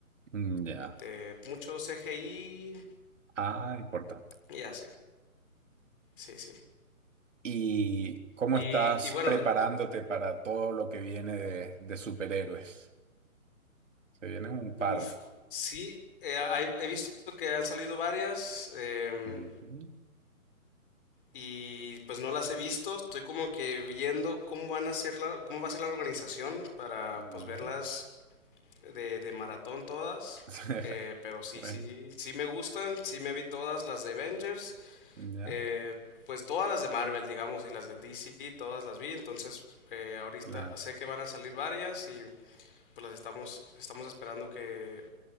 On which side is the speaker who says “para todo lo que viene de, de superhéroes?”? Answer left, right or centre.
Right